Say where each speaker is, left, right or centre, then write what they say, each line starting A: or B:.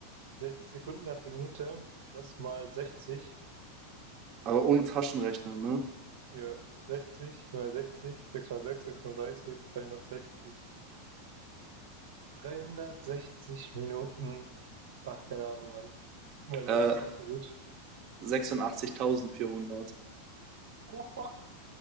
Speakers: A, on the right (about 75°); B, on the right (about 45°).
A: 60 Sekunden hat die Minute. Das mal 60.
B: Aber ohne Taschenrechner, ne?
A: Ja, 60 mal 60, 6 mal 6, 36, 360. 360 Minuten. Ach, keine Ahnung, Mann. Mein
B: Äh,
A: Mathe ist nicht so gut.
B: Sechsundachtzigtausendvierhundert.
A: <laughs>